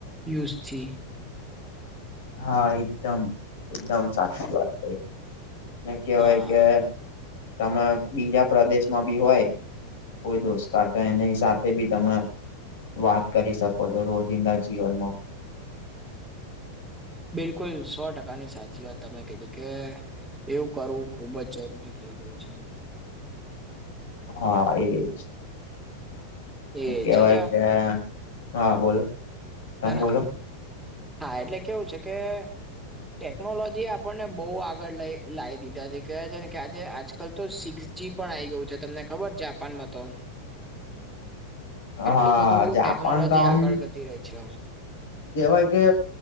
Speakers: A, in the centre; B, on the left (about 55°).
A: યુઝથી
B: હા એકદમ એકદમ સાચી વાત છે ને કહેવાય
A: હા
B: કે તમે બીજા પ્રદેશ માં બી હોય કોઈ દોસ્ત કે એની સાથે બી તમે વાત કરી શકો છો રોજિંદા જીવનમાં.
A: બિલકુલ સો ટકા ની સાચી વાત તમે કીધી કે. એવું કરવું ખુબ જ જરૂરી થઇ ગયું છે.
B: હા એજ
A: એજ
B: કહેવાય
A: ને
B: કે હા બોલો. તમે
A: ના ના
B: બોલો
A: ના હા એટલે કેવું છે કે? ટેકનોલોજી આપણને બહુ આગળ લઈ લાવી દીધા જે કહેવાય છે ને કે આજે આજકાલ તો સિક્સ જી પણ આ આવી ગયું છે તમને ખબર જાપાનમાં તો.
B: હા
A: એટલું બધું
B: જ
A: ટેકનોલોજી
B: પણ તો આમ
A: આગળ ગતી રહી છે.
B: કહેવાય કે,